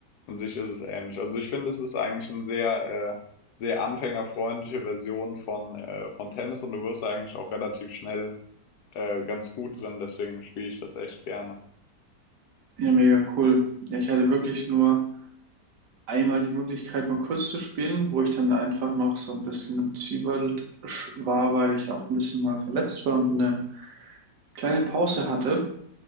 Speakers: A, on the left; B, on the right.
A: an sich ist es ähnlich. Also ich finde, es ist eigentlich eine sehr, äh, sehr anfängerfreundliche Version von, äh, von Tennis und du wirst da eigentlich auch relativ schnell äh, ganz gut drin, deswegen spiele ich das echt gerne.
B: Ja, mega cool. Ja, ich hatte wirklich nur einmal die Möglichkeit, mal kurz zu spielen, wo ich dann einfach noch so ein bisschen im Zwiebelt sch- war, weil ich auch ein bisschen mal verletzt war und eine kleine Pause hatte.